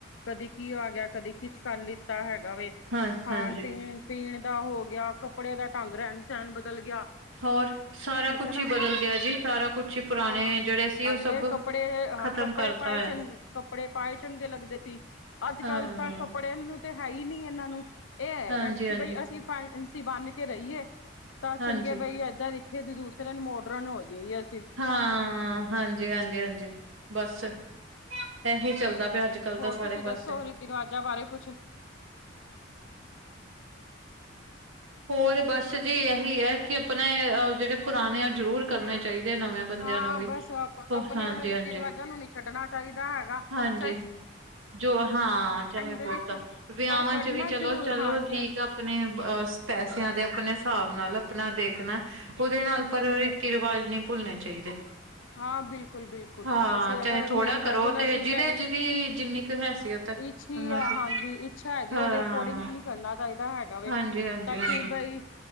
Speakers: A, on the left; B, on the right.
A: ਕਦੇ ਕੀ ਆ ਗਿਆ ਕਦੇ ਕਿਛ ਕਰ ਲਿੱਤਾ ਹੈਗਾ ਵ
B: ਹਾਂ
A: ਖਾਣ
B: ਹਾਂਜੀ
A: ਪੀਣ ਪੀਣ ਦਾ ਹੋ ਗਿਆ ਕੱਪੜੇ ਦਾ ਢੰਗ ਰਹਿਣ ਸਹਿਣ ਬਦਲ ਗਿਆ
B: ਹੋਰ ਸਾਰਾ
A: ਠੀਕ
B: ਕੁਛ
A: ਹੈ ਨਾ
B: ਹੀ ਬਦਲ ਗਿਆ ਜੀ ਸਾਰਾ ਕੁਛ ਹੀ
A: ਹਾਂ
B: ਪੁਰਾਣੇ ਜਿਹੜੇ ਸੀ ਉਹ
A: ਅੱਗੇ
B: ਸਭ
A: ਕੱਪੜੇ ਹ
B: ਖ਼ਤਮ
A: ਕੱਪੜੇ
B: ਕਰਤਾ
A: ਪਾਏ
B: ਹੋਇਆ
A: ਚੰਗੇ ਕੱਪੜੇ ਪਾਏ ਚੰਗੇ ਲੱਗਦੇ ਸੀ ਅੱਜ
B: ਹਾਂ
A: ਕੱਲ ਤਾਂ ਕੱਪੜੇ ਕੱਪੜੇ ਨੂੰ ਤੇ ਹੈ ਹੀ ਨੀ ਇਹਨਾਂ ਨੂੰ ਇਹ ਹੈਗਾ
B: ਹਾਂਜੀ
A: ਕਿ
B: ਹਾਂਜੀ
A: ਬਈ ਅਸੀਂ ਫਸੀ ਬੰਨ ਕੇ ਰਹੀਏ ਤਾਂ ਚੰਗੇ
B: ਹਾਂਜੀ
A: ਬਈ ਏਦਾਂ ਇੇ ਦੂਸਰੇ ਨੂੰ ਮੋਡਰਨ ਹੋ ਜਾਏ
B: ਹਾਂ ਹਾਂਜੀ ਹਾਂਜੀ ਹਾਂਜੀ ਬਸ ਇਹੀ ਚੱਲਦਾ ਦਾ ਪਿਆ
A: ਤੇ
B: ਅੱਜ ਕੱਲ੍ਹ
A: ਹੋਰ
B: ਤਾਂ ਸਾਰੇ
A: ਤੁਸੀਂ
B: ਪਾਸੇ
A: ਦੱਸੋ ਰੀਤੀ ਰਿਵਾਜਾਂ ਬਾਰੇ ਕੁਛ
B: ਹੋਰ ਬਸ ਜੀ ਇਹੀ ਹੈ ਕਿ ਆਪਣੇ ਜਿਹੜੇ ਪੁਰਾਣੇ ਆ ਉਹ ਜ਼ਰੂਰ ਕਰਨੇ ਚਾਹੀਦੇ ਆ ਨਵੇਂ ਬੰਦਿਆਂ
A: ਹਾਂ
B: ਨੂੰ ਵੀ
A: ਬਸ ਆਪ ਆਪਣੇ
B: ਹਾਂਜੀ
A: ਆਪਣੇ ਰੀਤੀ
B: ਹਾਂਜੀ
A: ਰਿਵਾਜਾਂ ਨੂੰ ਨਹੀਂੀ ਛੱਡਣਾ ਚਾਹੀਦਾ ਹੈਗਾ
B: ਹਾਂਜੀ
A: ਚ
B: ਜੋ ਹਾਂ ਚਾਹੇ ਬਹੁਤਾ
A: ਦੇ ਵਿੱਚ
B: ਵਿਆਵਾਂ
A: ਪਰ ਕਰਨਾ
B: ਚ ਵੀ ਚਲੋ
A: ਜ਼ਰੂਰ
B: ਚਲੋ
A: ਹਾਂਜੀ
B: ਠੀਕ
A: ਹਾਂਜੀ
B: ਆ ਆਪਣੇ ਅ ਪੈਸਿਆਂ ਦੇ ਆਪਣੇ ਹਿਸਾਬ ਨਾਲ ਆਪਣਾ ਦੇਖਣਾ ਉਹਦੇ ਨਾਲ
A: ਹਾਂਜੀ
B: ਪਰ
A: ਹਾਂਜੀ
B: ਰੀਤੀ ਰਿਵਾਜ਼ ਨਹੀਂ ਭੁੱਲਣੇ ਚਾਹੀਦੇ
A: ਹਾਂ ਬਿਲਕੁਲ ਬਿਲਕੁਲ
B: ਹਾਂ
A: ਅਸੀਂ
B: ਚਾਹੇ
A: ਅਗਰ
B: ਥੋੜਾ
A: ਮੇਰੀ ਗੱਲ
B: ਕਰੋ
A: ਸੁਹੂੰ
B: ਤੇ
A: ਅਸੀਂ
B: ਜਿਹਦੇ
A: ਬ ਚਾਏ
B: ਜਿਹਦੀ ਜਿੰਨੀ ਕੁ ਹੈਸੀਅਤ ਹੈ
A: ਇੱਛ ਹੀ
B: ਉਹਨਾਂ
A: ਹੈ
B: ਦੀ
A: ਹਾਂਜੀ ਇੱਛਾ ਹੈਗੀ
B: ਹਾਂ
A: ਉਹਦੇ ਅਕੋਰਡਿੰਗਲੀ ਕਰਨਾ ਚਾਹੀਦਾ ਹੈਗਾ ਵ
B: ਹਾਂਜੀ ਹਾਂਜੀ
A: ਤਾਂ
B: ਹਾਂਜੀ
A: ਕਿ ਬਈ